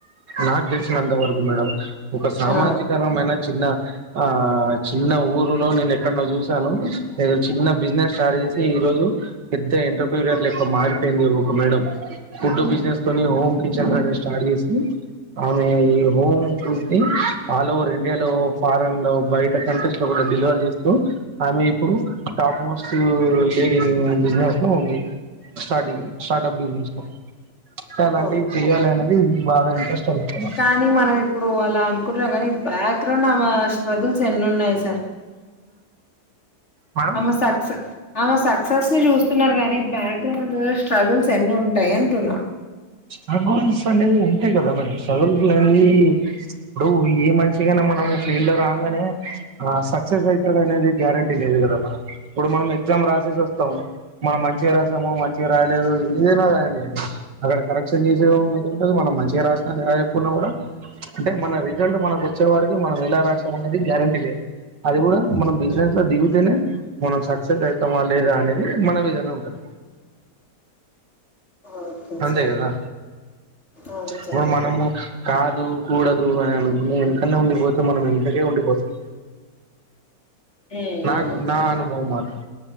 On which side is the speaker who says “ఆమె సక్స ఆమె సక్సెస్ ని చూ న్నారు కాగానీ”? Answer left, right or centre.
Left